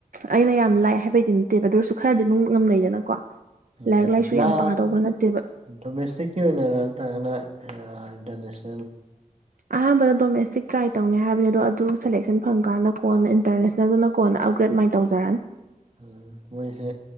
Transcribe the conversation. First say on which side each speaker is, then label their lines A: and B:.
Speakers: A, on the right; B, on the right.
A: ꯑꯩꯅ ꯌꯥꯝ ꯂꯥꯏ ꯍꯥꯏꯕꯩꯗꯤ ꯅꯠꯇꯦꯕ ꯑꯗꯨ ꯑꯣꯏꯔꯁꯨ ꯈꯔꯗꯤ ꯗꯨꯝ ꯉꯝꯅꯩꯗꯅꯀꯣ
B: ꯎꯝ
A: ꯂꯥꯏꯔꯤꯛ ꯂꯥꯏꯁꯨ
B: ꯃꯥ
A: ꯌꯥꯝ ꯄꯥꯗꯧꯕ ꯅꯠꯇꯦ
B: ꯗꯣꯃꯦꯁꯇꯤꯛꯀꯤ ꯑꯣꯏꯅꯔ ꯅꯠꯇ꯭ꯔꯒꯅ ꯑꯥ ꯏꯟꯇꯔꯅꯦꯁꯅꯦꯜ
A: ꯑꯍꯥꯟꯕꯗ ꯗꯣꯃꯦꯁꯇꯤꯛ ꯇ꯭ꯔꯥꯏ ꯇꯧꯅꯤ ꯍꯥꯏꯕꯅꯦ ꯑꯗꯣ ꯑꯗꯨ ꯁꯦꯂꯦꯛꯁꯟ ꯐꯪꯀꯥꯟꯗ ꯀꯣꯟꯅ ꯏꯟꯇꯔꯅꯦꯁꯅꯦꯜꯗꯨꯅ ꯀꯣꯟꯅ ꯑꯞꯒ꯭ꯔꯦꯗ ꯃꯥꯏ ꯇꯧꯖꯔꯑꯅꯤ
B: ꯎꯝ ꯃꯣꯏꯁꯦ